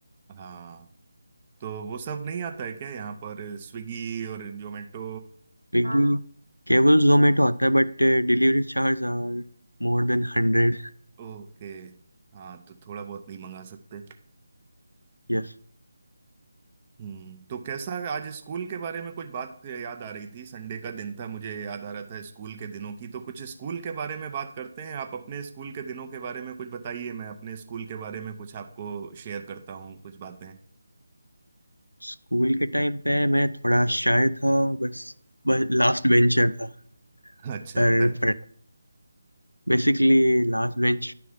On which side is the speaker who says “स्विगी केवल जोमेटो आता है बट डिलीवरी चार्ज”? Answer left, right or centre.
Left